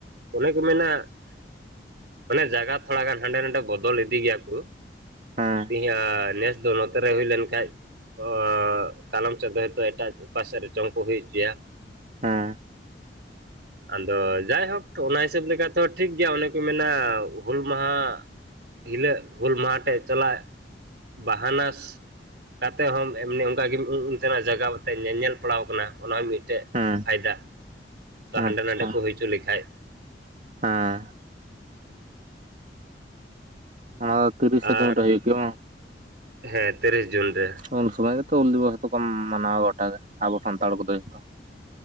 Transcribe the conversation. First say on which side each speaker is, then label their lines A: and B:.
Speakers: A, on the right; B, on the right.
A: ᱚᱱᱮ ᱠᱚ ᱢᱮᱱᱟ ᱢᱟᱱᱮ ᱡᱟᱜᱟ ᱛᱷᱚᱲᱟᱟᱜᱟᱱ ᱦᱟᱸᱰᱮ ᱱᱟᱰᱮ ᱵᱚᱫᱚᱞ ᱤᱫᱤ ᱜᱮᱭᱟ ᱠᱩ᱾
B: ᱦᱮᱸ
A: ᱛᱤᱦᱟᱹ ᱱᱮᱥ ᱫᱚ ᱱᱚᱛᱮ ᱨᱮ ᱦᱩᱭ ᱞᱮᱱᱠᱷᱟᱡ, ᱚ ᱠᱟᱞᱚᱢ ᱥᱮᱫ ᱫᱚ ᱦᱚᱭᱛᱳ ᱮᱴᱟᱜ ᱚᱠᱟᱥᱮᱫ ᱨᱮ ᱪᱚᱝ ᱠᱚ ᱦᱩᱭ ᱦᱚᱪᱚᱭᱟ
B: ᱦᱮᱸ
A: ᱟᱫᱚ ᱡᱟᱭᱦᱳᱠ ᱚᱱᱟ ᱦᱤᱥᱟᱹᱵ ᱞᱮᱠᱟ ᱛᱮᱦᱚᱸ ᱴᱷᱤᱠ ᱜᱮᱭᱟ ᱚᱱᱮ ᱠᱚ ᱢᱮᱱᱟ ᱦᱩᱞ ᱢᱟᱦᱟ ᱦᱤᱞᱟᱹᱜ ᱦᱩᱞ ᱢᱟᱦᱟᱴᱮ ᱪᱟᱞᱟᱜ ᱵᱟᱦᱟᱱᱟᱥ ᱠᱟᱛᱮ ᱦᱚᱸᱢ ᱮᱢᱱᱤ ᱚᱱᱠᱟᱟᱜᱮ ᱚᱱᱛᱮᱱᱟᱜ ᱡᱟᱜᱟᱣᱛᱮ ᱧᱮᱧᱮᱞ ᱯᱟᱲᱟᱣ ᱠᱟᱱᱟ ᱚᱱᱟ ᱦᱚᱸ ᱢᱤᱫᱴᱮᱡ
B: ᱦᱮᱸ
A: ᱯᱷᱟᱭᱫᱟ᱾ ᱛᱚ ᱦᱟᱸᱰᱮ
B: ᱟᱪᱪᱷᱟ
A: ᱱᱟᱰᱮ ᱠᱚ ᱦᱩᱭᱪᱚ ᱞᱮᱠᱷᱟᱡ,
B: ᱦᱮᱸ ᱚᱱᱟ ᱫᱚ ᱛᱤᱨᱤᱥᱮ
A: ᱟᱨ
B: ᱡᱩᱱ ᱨᱮ ᱦᱩᱭᱩᱜ ᱜᱮᱭᱟ ᱵᱟᱝ?
A: ᱦᱮᱸ ᱛᱤᱨᱤᱥ ᱡᱩᱱ ᱨᱮ᱾
B: ᱩᱱ ᱥᱩᱢᱚᱭ ᱜᱮᱛᱚ ᱩᱞ ᱫᱤᱵᱚᱥ ᱫᱚᱚ ᱠᱚ ᱢᱟᱱᱟᱣᱟ ᱜᱚᱴᱟᱜᱮ ᱟᱵᱚ ᱥᱟᱱᱛᱟᱲ ᱠᱚᱫᱚ ᱡᱚᱛᱚ᱾